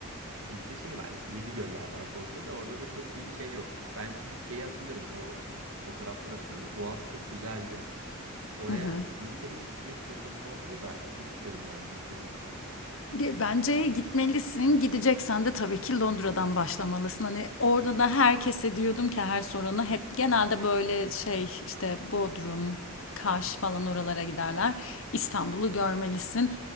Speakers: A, on the right; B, on the left.
A: Bizde şey var. Işte, yedi göller var Bolu'da da orada da çok bir şey yok. Ben çünkü şeyi hatırlıyorum. O fotoğrafları hatırlıyorum ya doğası çok güzeldi. Oraya
B: Hı hı.
A: İngiltere'ye hiç gitmek fırsatım olmadı da çok isterim yani İngiltere'ye gitmek.
B: Ge- Bence gitmelisin. Gideceksen de tabii ki Londra'dan başlamalısın. Hani orada da herkese diyordum ki her sorana hep genelde böyle şey işte Bodrum, Kaş falan oralara giderler. İstanbul'u görmelisin.